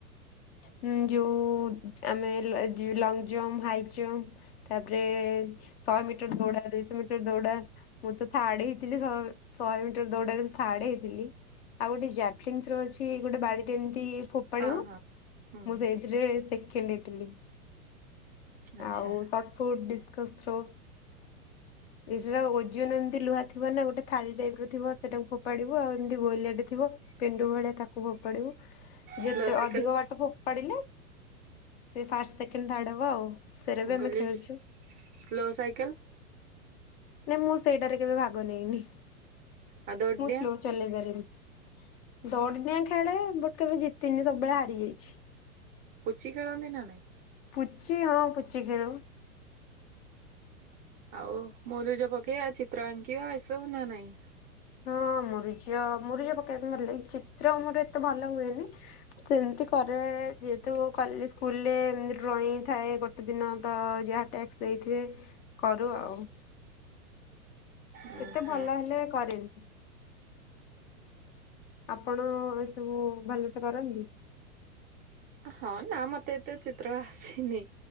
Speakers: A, on the left (about 45°); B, on the right (about 20°).
A: ଉଁ ଯଉ ଉ-ଉଦ ଆମେ-ଏ-ଜ ଲଙ୍ଗ୍ ଜମ୍ପ, ହାଇ ଜମ୍ପ, ତା'ପରେ-ଏ ଶହେ ମିଟର ଦୌଡା, ଦୁଇଶହ ମିଟର ଦୌଡା, ମୁଁ ତ ଥାର୍ଡ ହେଇଥିଲି, ଶହେ ଶହେ ମିଟର ଦୌଡରେ ଥାର୍ଡ ହେଇଥିଲି। ଆଉ ଗୋଟେ ଜାଭଲିନ୍ ଥ୍ରୋ ଅଛି। ଗୋଟେ ବାଡିଟେ ଏମିତି ଫୋପାଡିବୁ,
B: ହଁ ହଁ ହୁଁ
A: ମୁଁ ସେଇଥିରେ ସେଖେଣ୍ଡ ହେଇଥିଲି।
B: ଆଚ୍ଛା।
A: ଆଉ ସଟ୍ ଫୁଟ୍, ଡ଼ିସ୍କସ ଥ୍ରୋ। ଏଇ ସେଟା ଓଜନ ଏମିତି ଲୁହା ଥିବ ନା ଗୋଟେ ଥାଳି ଟାଇପ୍ ର ର ଥିବ, ସେଟାକୁ ଫୋପାଡିବୁ। ଆଉ ଏମିତି ଗୋଲିଆଟେ ଥିବ, ପେଣ୍ଡୁ ଭଳିଆ ତାକୁ ଫୋପାଡିବୁ। ଯେତେ
B: ସ୍ଲୋ ସାଇକେଲ
A: ଅଧିକ ବାଟ ଫୋପାଡିଲେ, ସେ ଫାଷ୍ଟ, ସେକେଣ୍ଡ ଥାର୍ଡ ହବ ଆଉ। ସେରା ବି
B: ମୁଁ
A: ଆମେ
B: କହିଲି,
A: ଖେଳୁଛୁ
B: ସ୍ଲୋ ସାଇକେଲ
A: ନାଇଁ, ମୁଁ ସେଇଟାରେ କେବେ ଭାଗ ନେଇନି?
B: ଆଉ ଦୌଡିଡିଆଁ
A: ମୁଁ ସ୍ଲୋ ଚଲେଇ ପାରେନି, ଦଉଡି ଡିଆଁ ଖେଳେ ବଟ କେବେ ଜିତିନି ସବୁବେଳେ ହାରି ଯାଇଛି।
B: ପୁଚି ଖେଳନ୍ତି ନା ନାହିଁ?
A: ପୁଚି ହଁ ପୁଚି ଖେଳେ ମୁଁ।
B: ଆଉ ମୁରୁଜ ପକେଇବା ଚିତ୍ର ଆଙ୍କିବା ଏସବୁ ନା ନାଇଁ?
A: ହଁ ମୁରୁଜ ମୁରୁଜ ପକେଇବା ପାଇଁ ଭଲ ଲାଗେ, ଚିତ୍ର ମୋର ଏତେ ଭଲ ହୁଏନି। ସେମିତି କରେ ଯେହେତୁ କଲି ସ୍କୁଲ ରେ ଡ୍ରଇଂ ଥାଏ ଗୋଟେ ଗୋଟେ ଦିନ ତ ଯାହା ଟ୍ୟାକ୍ସ ଦେଇଥିବେ କରୁ ଆଉ।
B: ଉଁ
A: ଏତେ
B: ହୁଁ
A: ଭଲ ହେଲେ କରେନି। ଆପଣ ଏ ସବୁ ଭଲସେ କରନ୍ତି?
B: ହଁ ନା ମତେ ଏତେ ଚିତ୍ର ଆସେନି